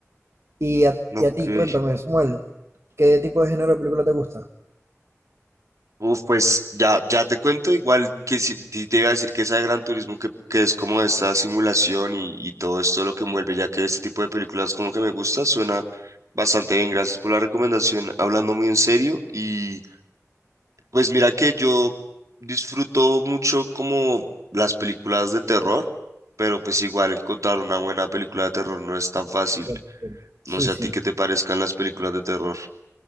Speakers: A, on the right; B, on the right.
A: Y a,
B: ok.
A: y a ti, cuéntame, Samuel, ¿qué tipo de género de película te gusta?
B: Uf, pues ya, ya te cuento igual que si, ti- te iba a decir que esa de Gran Turismo que, que es como esta simulación y, y todo esto lo que envuelve, ya que este tipo de películas como que me gusta, suena bastante bien. Gracias por la recomendación, hablando muy en serio. Y pues mira que yo disfruto mucho como las películas de terror, pero pues igual encontrar una buena película de terror no es tan fácil.
A: Bien, bien. Sí,
B: No sé
A: sí,
B: a ti qué te parezcan las películas de terror.